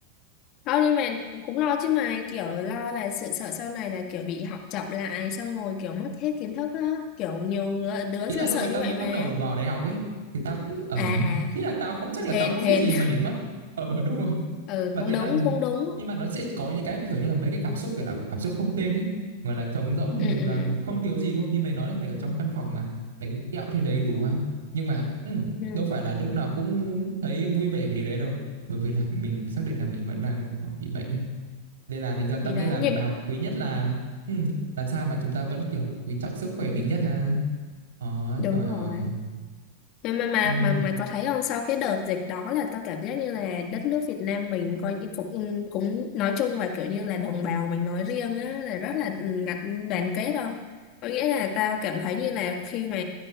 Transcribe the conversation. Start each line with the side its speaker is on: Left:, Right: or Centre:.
Left: không nhưng mà cũng lo chứ mà kiểu lo là sự sợ sau này là kiểu bị học chậm lại xong rồi kiểu mất hết kiến thức á kiểu nhiều ngứa- đứa
Right: ý
Left: sẽ
Right: là lúc
Left: sợ
Right: đấy tao
Left: như vậy
Right: mới bắt
Left: mà
Right: đầu vào đại học ấy thì tao cũng ở
Left: à à
Right: ý là tao không chắc là
Left: hèn
Right: tao có
Left: hèn
Right: cái gì mà
Left: <laughs>
Right: để mất ờ đúng rồi
Left: ừ
Right: và
Left: cũng
Right: thế
Left: đúng
Right: là
Left: cũng đúng
Right: nhưng mà nó sẽ có những cái kiểu như là mấy cái cảm xúc kiểu là cảm xúc không tên ấy gọi là trống rỗng này
Left: ừ
Right: dù
Left: ừ
Right: là không thiếu gì đúng không như mày nói đấy mày ở trong căn phòng mà bánh kẹo thì đầy đủ ha nhưng mà ừ,
Left: ừ Ừ,
Right: đâu phải là lúc nào cũng thấy vui vẻ về điều đấy đâu bởi vì là mình xác định là mình vẫn đang kiểu bị bệnh ấy Nên là thành ra tao
Left: thì
Right: nghĩ
Left: đấy
Right: là
Left: nhưng
Right: bài học quý nhất là ừ, làm sao mà chúng ta vẫn kiểu quý trọng sức khỏe mình nhất ha. Ờ,
Left: đúng
Right: trời
Left: rồi
Right: ơi.
Left: mà mà mà
Right: Ừ,
Left: mà mày có thấy không sau cái đợt dịch đó là tao cảm giác như là đất nước Việt Nam mình coi như cũng cũng nói chung và kiểu như là đồng bào mình nói riêng á là rất là ừ, gắn đoàn kết không có nghĩa là tao cảm thấy như là khi mà